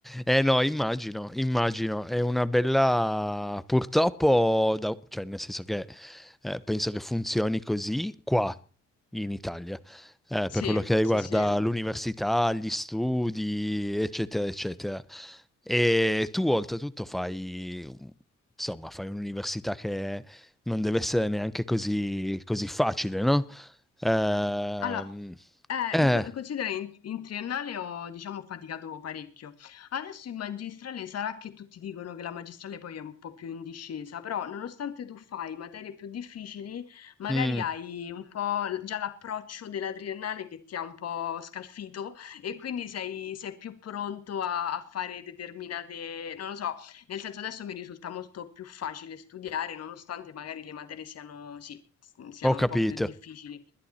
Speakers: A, in the centre; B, on the left.
A: Eh no, immagino, immagino, è una bella... purtroppo, da- cioè nel senso che eh, penso che funzioni così qua in Italia, eh, per
B: Sì,
A: quello che riguarda
B: sì, sì.
A: l'università, gli studi, eccetera, eccetera. E tu oltretutto fai, insomma, fai un'università che non deve essere neanche così, così facile, no? Ehm,
B: Allora, eh,
A: eh,
B: in co- considera in, in triennale ho, diciamo, faticato parecchio. Adesso in magistrale sarà che tutti dicono che la magistrale poi è un po' più in discesa, però nonostante tu fai materie più difficili, magari
A: mm,
B: hai un po' l- già l'approccio della triennale che ti ha un po' scalfito e quindi sei, sei più pronto a, a fare determinate, non lo so, nel senso adesso mi risulta molto più facile studiare, nonostante magari le materie siano, sì, s- siano
A: ho capito.
B: un po' più difficili.